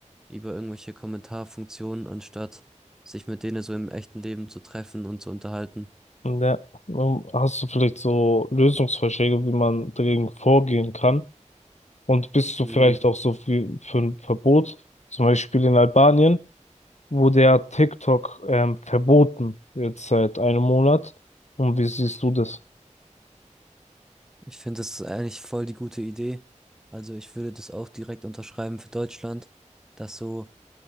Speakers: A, in the centre; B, on the left.
A: über irgendwelche Kommentarfunktionen, anstatt sich mit denen so im echten Leben zu treffen und zu unterhalten.
B: Ja, ähm, hast du vielleicht so Lösungsvorschläge, wie man dagegen vorgehen kann? Und bist du
A: Mhm.
B: vielleicht auch so für, für ein Verbot, zum Beispiel in Albanien, wurde ja TikTok ähm, verboten, jetzt seit einem Monat. Und wie siehst du das?
A: Ich finde, das ist eigentlich voll die gute Idee. Also ich würde das auch direkt unterschreiben für Deutschland, dass so